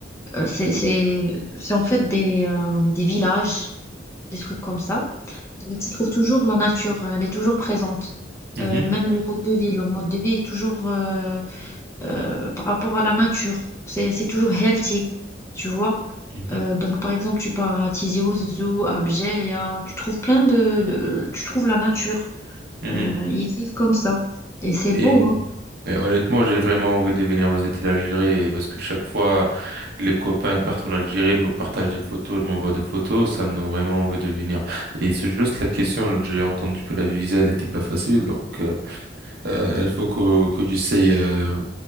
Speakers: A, on the left; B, on the right.
A: Euh, c'est, c'est, c'est en fait des, euh, des villages, des trucs comme ça. Donc, tu trouves toujours la nature, elle est toujours présente.
B: Mhm.
A: Euh, même le mode de vie, leur mode de vie est toujours euh, euh, par rapport à la nature. C'est, c'est toujours healthy, tu vois.
B: Mhm. Mhm.
A: Euh, donc, par exemple, tu pars à Tizi Ouzou, à Bjeya, tu trouves plein de, de- Tu trouves la nature.
B: Mhm.
A: Euh, ils vivent comme ça. Et c'est
B: Et,
A: beau, hein.
B: et honnêtement, j'ai vraiment envie de venir visiter l'Algérie parce que chaque fois les copains qui partent en Algérie, ils me partagent des photos, ils m'envoient des photos, ça me donne vraiment envie de venir. Et c'est juste la question, j'ai entendu que la visa elle était pas facile, donc. euh, Euh, il faut que, que j'essaye euh,